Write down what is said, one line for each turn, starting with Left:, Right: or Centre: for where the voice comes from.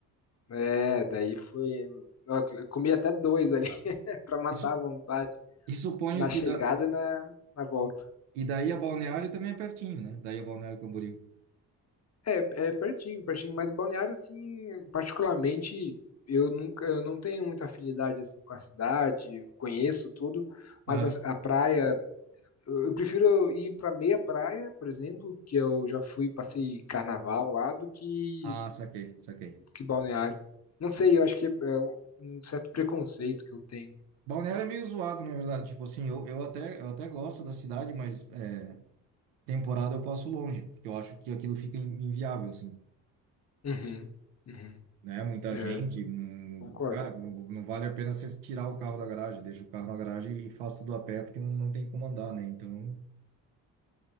Left: é, daí foi ó, eu comi até 2 ali <laughs> pra matar
Right: Isso,
Left: a vontade,
Right: e suponho
Left: na chegada
Right: que da,
Left: e na na volta.
Right: e daí a Balneário também é pertinho, né? Daí a Balneário Camboriú.
Left: É, é pertinho, pertinho, mas Balneário, assim, particularmente, eu nunca eu não tenho muita afinidade, assim, com a cidade, conheço tudo, mas
Right: Aham.
Left: a a praia eu eu prefiro ir para meia praia, por exemplo, que eu já fui, passei carnaval lá, do que
Right: Ah, saquei, saquei.
Left: que balneário. Não sei, eu acho que é um certo preconceito que eu tenho.
Right: Balneário é meio zoado, na verdade. Tipo assim, eu, eu até, eu até gosto da cidade, mas é, temporada eu passo longe, porque eu acho que aquilo fica in- inviável, assim.
Left: Uhum, uhum.
Right: Né? Muita
Left: É,
Right: gente, hum,
Left: concordo.
Right: cara, não, não vale a pena você tirar o carro da garagem, deixa o carro na garagem e faz tudo a pé, porque não, não tem como andar, né? Então.